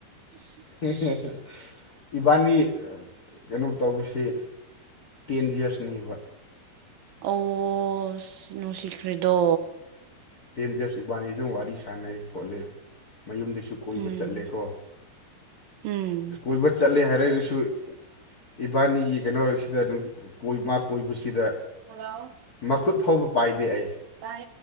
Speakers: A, on the left (about 70°); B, on the right (about 70°).
A: ꯍ ꯍ ꯏꯕꯥꯅꯤ ꯀꯩꯅꯣ ꯇꯧꯕꯁꯤ ꯇꯦꯟ ꯌꯔꯁꯅꯦꯕ
B: ꯑꯣ ꯁꯤ ꯅꯨꯡꯁꯤꯈ꯭꯭ꯔꯦꯗꯣ
A: ꯇꯦꯟ ꯗꯖꯔꯁ ꯏꯕꯥꯅꯤ ꯁ ꯋꯥꯔꯤ ꯁꯥꯟꯅꯩ ꯈꯣꯠꯂꯤ ꯃꯌꯨꯝꯗꯩꯁꯨ ꯀꯣꯏꯕ
B: ꯎꯝ
A: ꯆꯠꯂꯦꯀꯣ
B: ꯎꯝ
A: ꯀꯣꯏꯕ ꯆꯠꯂꯦ ꯍꯥꯏꯔꯒꯁꯨ ꯏꯕꯥꯅꯤꯒꯤ ꯀꯩꯅꯣꯁꯤꯗꯣꯏ ꯃꯥ ꯀꯣꯏꯕꯁꯤꯗ
B: ꯍꯜꯂꯣ
A: ꯃꯈꯨꯠ ꯐꯥꯎꯕ ꯄꯥꯏꯗꯦ ꯑꯩ
B: ꯇ